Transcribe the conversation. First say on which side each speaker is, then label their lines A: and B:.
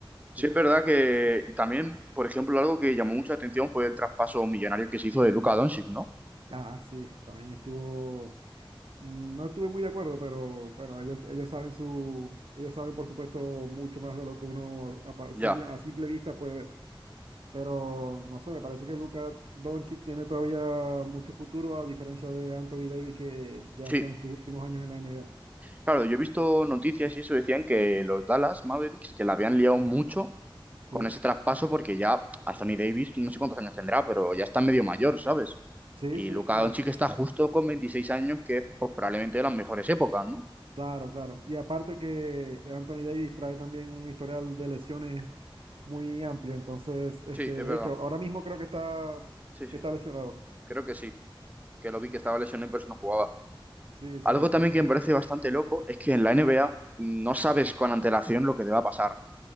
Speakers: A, on the right; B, on the right.
A: Sí,
B: Sí.
A: es verdad que y también, por ejemplo, algo que llamó mucha atención fue el traspaso millonario que se hizo de Luka Doncic, ¿no?
B: Ah, sí, también estuvo, mm, no estuve muy de acuerdo, pero bueno, ellos, ellos saben su, ellos saben por supuesto mucho más de lo que uno a, pa-
A: Ya.
B: simple, a simple vista puede ver. Pero no sé, me parece que Luka Doncic tiene todavía mucho futuro, a diferencia de Anthony Davis, que ya
A: Sí,
B: está en sus últimos años en la NBA.
A: claro, yo he visto noticias y eso decían que los Dallas Mavericks, que la habían liado mucho
B: Sí,
A: con ese traspaso porque ya Anthony Davis, no sé cuántos años tendrá, pero ya está medio mayor, ¿sabes?
B: sí,
A: Y
B: sí,
A: Luka
B: y
A: Doncic
B: a-
A: está justo con 26 años, que es pues, probablemente de las mejores épocas, ¿no?
B: claro, claro. Y aparte que Anthony Davis trae también un historial de lesiones muy amplio, entonces, este,
A: Sí,
B: de
A: es verdad.
B: hecho, ahora mismo creo que está,
A: Sí, sí.
B: que está lesionado.
A: Creo que sí. Que lo vi que estaba lesionado y por eso no jugaba.
B: Sí, sí,
A: Algo
B: entonces,
A: también que me parece bastante loco es que en la NBA no sabes con antelación lo que te va a pasar.